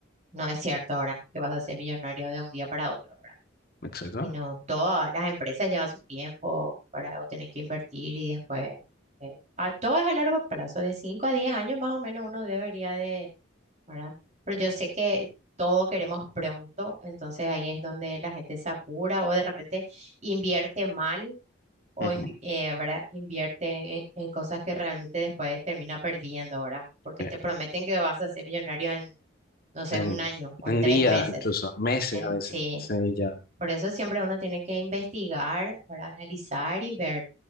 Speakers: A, on the right; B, on the left.
A: no es cierto ahora que vas a ser millonario de un día para otro, ¿verdad?
B: Exacto.
A: Sino todas las empresas llevan su tiempo, para O tenés que invertir y después... eh, a, todo es a largo plazo, de 5 a 10 años más o menos uno debería de, ¿verdad? Pero yo sé que todo queremos pronto, entonces ahí es donde la gente se apura o de repente invierte mal o
B: ujú.
A: invi- eh, ¿verdad? invierte en, en cosas que realmente después termina perdiendo, ¿verdad? Porque
B: Sí.
A: te prometen que vas a ser millonario en, no sé,
B: En,
A: un año o
B: en
A: en tres
B: días,
A: meses.
B: incluso meses
A: En,
B: a veces.
A: sí,
B: Sí, ya.
A: por eso siempre uno tiene que investigar, ¿verdad? Analizar y ver